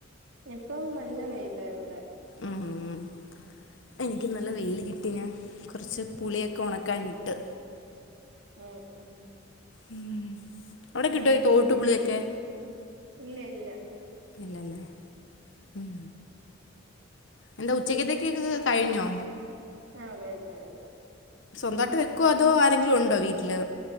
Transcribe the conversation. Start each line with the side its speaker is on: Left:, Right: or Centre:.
Right: ഇപ്പൊ നല്ല വേയിലാ ഇവടെ
Left: ഉം. എനിക്ക് നല്ല വെല് കിട്ടിനാ കൊറച്ച് പുളിയൊക്കെ ഉണക്കാനിട്ട്
Right: ഉം ഉം
Left: ഉം അവടെ കിട്ടേ തോട്ട് പളിയൊക്കെ
Right: ഇല്ല ഇല്ല്യാ
Left: ഇല്ലാ അല്ലേ ഉം എന്താ ഉച്ചക്കത്തേക്ക്ക്ക് കഴിഞ്ഞോ
Right: ആഹ് കയിഞ്ഞ് കയിഞ്ഞ്
Left: സ്വന്തായിട്ട് വെക്കുവോ അതോ ആരെങ്കിലും ഒണ്ടോ വീട്ടില്